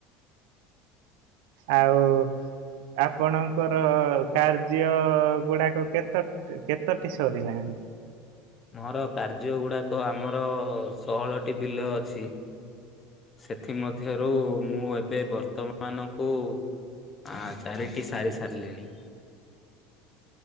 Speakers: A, on the right; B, on the left.
A: ଆଉ ଆପଣଙ୍କର କାର୍ଯ୍ୟ ଗୁଡାକ କେତେ କେତୋଟି ସରିଲାଣି।
B: ମୋର କାର୍ଯ୍ୟ ଗୁଡ଼ାକ ଆମର ଷୋହଳଟି ବିଲ ଅଛି। ସେଥିମଧ୍ୟରୁ ମୁଁ ଏବେ ବର୍ତ୍ତମାନଙ୍କୁ ହଁ ଚାରିଟି ସାରି ସାରିଲିଣି।